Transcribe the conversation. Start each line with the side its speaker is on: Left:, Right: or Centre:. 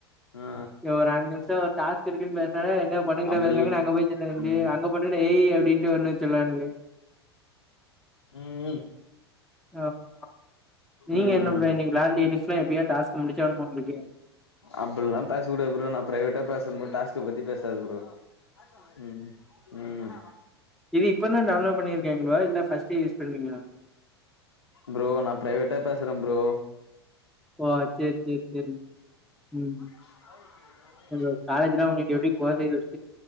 Left: ஆ
Centre: எ ஒரு அஞ்சு நிம்ஸோ டாஸ்க்கிருக்குன் பேஸ்னாவே என்ன பொண்ணுங்கிட்ட
Left: அப்புல்
Centre: பேசுறாங்கன் அங்க போய் சொல்ல வேண்டி
Left: ம்
Centre: அங்க பொண்ண ஏய் அப்படின்னு வரன்னு சொல்லலாம்ல்லே
Left: உம்
Centre: ஆஹ் நீங்க
Left: ம்
Centre: என்ன நீங்க லேல எ எப்பா டாஸ்க் முடிச்ச உங்களுக்கு
Left: அப்படில்லாம் பேசக்க கூட நான் பிரவேட்ட பேசும் ட் பத்தி பேசது பரோ உம் உம்
Centre: இது இப்பதான்டவுன்லோட்ண்ணிருக்கங்களா இல்ல ஃர்ஸ்ட யூ பறீா
Left: ப்ரோ நான் பிரைவேட்டா பேசுறேன் ப்ரோ
Centre: ஓ சரி சரி சரி உம்
Left: ஆ
Centre: ஹோ காலஜிரா நீ எவடி போ